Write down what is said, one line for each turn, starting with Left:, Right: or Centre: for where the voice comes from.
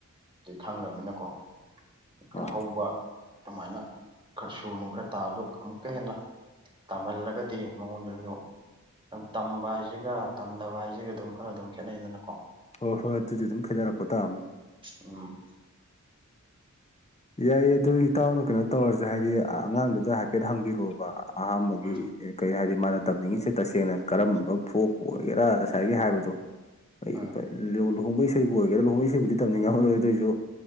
Right: ꯑꯗꯨ ꯈꯪꯈ꯭ꯔꯕꯅꯤꯅꯀꯣ ꯈꯔ
Left: ꯑꯥ
Right: ꯍꯧꯕ ꯑꯗꯨꯃꯥꯏꯅ ꯈꯔ ꯁꯨꯔꯅꯨ ꯈꯔ ꯇꯥꯕꯗꯣ ꯑꯃꯨꯛꯀ ꯍꯦꯟꯅ ꯇꯝꯍꯜꯂꯒꯗꯤ ꯃꯉꯣꯟꯗꯁꯨ ꯇꯝꯕ ꯍꯥꯏꯁꯤꯒ ꯇꯝꯗꯕ ꯍꯥꯏꯁꯤꯒ ꯑꯗꯨꯝ ꯈꯔ ꯑꯗꯨꯝ ꯈꯦꯠꯅꯩꯗꯅꯀꯣ
Left: ꯍꯣꯏ ꯍꯣꯏ ꯑꯗꯨꯗꯤ ꯑꯗꯨꯝ ꯊꯦꯡꯅꯔꯛꯄ ꯇꯥꯕꯅꯦ
Right: ꯎꯝ
Left: ꯌꯥꯏ ꯑꯗꯨ ꯏꯇꯥꯎꯅ ꯀꯩꯅꯣ ꯇꯧꯔꯁꯨ ꯍꯥꯏꯗꯤ ꯑꯉꯥꯡꯗꯨꯗ ꯍꯥꯏꯐꯦꯠ ꯍꯪꯕꯤꯔꯛꯑꯣ ꯑꯍꯥꯝꯕꯒꯤ
Right: ꯎꯝ
Left: ꯀꯩ ꯍꯥꯏꯗꯤ ꯃꯥꯅ ꯇꯝꯅꯤꯡꯉꯤꯁꯦ ꯇꯁꯦꯡꯅ ꯀꯔꯝꯕꯅꯣ ꯐꯣꯛꯄꯨ ꯑꯣꯏꯒꯦꯔꯥ ꯉꯁꯥꯏꯒꯤ ꯍꯥꯏꯕꯗꯣ ꯑꯩ
Right: ꯎꯝ
Left: ꯂꯣꯍꯣꯡꯕꯩ ꯏꯁꯩꯕꯨ ꯑꯣꯏꯒꯦꯔꯥ ꯂꯨꯍꯃꯩꯁꯤꯕꯨꯗꯤ ꯇꯝꯅꯤꯡꯉ ꯍꯧꯔꯣꯏ ꯑꯗꯨꯏꯁꯨ